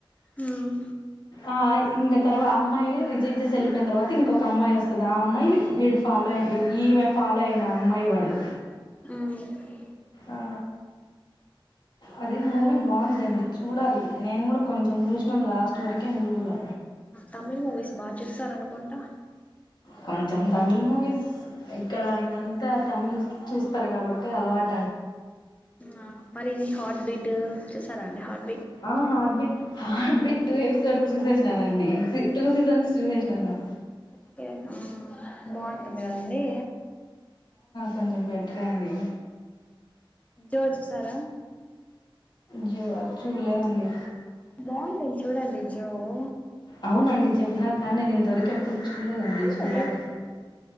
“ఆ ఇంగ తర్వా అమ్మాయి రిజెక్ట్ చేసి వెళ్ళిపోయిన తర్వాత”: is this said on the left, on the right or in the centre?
Left